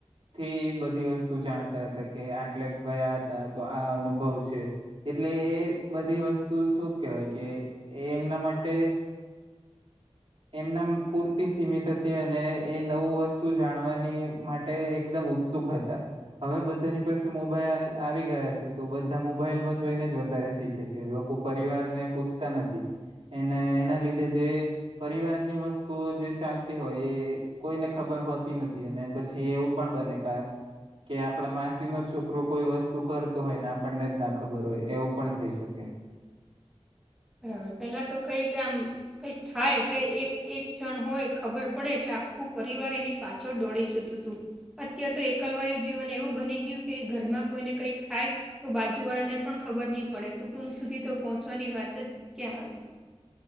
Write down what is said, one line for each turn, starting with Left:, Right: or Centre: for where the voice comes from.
Right: થી બધી વસ્તુ જાણતા હતા કે આટલે ગયા હતા તો આ અનુભવ છે એટલે એ એ બધી વસ્તુ શું કેહેવાય કે એ એમના માટે એમનમ પૂરતી સીમિત હતી અને એ નવું વસ્તુ જાણવાની માટે એકદમ. ઉત્સુક હતા. હવે બધાની પાસે મોબાઈલ આવી ગયા છે તો બધા મોબાઈલમાં જોઈને જ વધારે શીખે છે લોક કો. પરિવારને પૂછતા નથી એને એના લીધે જે પરિવારની વસ્તુઓ જે ચાલતી હોય એ કોઈને ખબર હોતી નથી અને પછી એવું પણ બને કા <inaudible> કે આપણા માસીનો છોકરો કોઈ વસ્તુ કરતો હોય ને આપણને જ ના ખબર હોય એવું પણ થઈ શકે
Centre: <inaudible> બરાબર પેલા તો કઈક આમ કંઈક થાય એટલે એક એક જણ હોય ખબર પડે એટલે આખું પરિવાર એની પાછળ દોડી જતું તું અત્યારે તો એકલવાયુ જીવન એવું બની ગયું કે ઘરમાં કોઈને કંઈક થાય તો બાજુવાળાને પણ ખબર ની પડે કુટુંબ સુધી તો પહોંચવાની વાત ત જ ક્યાં આવે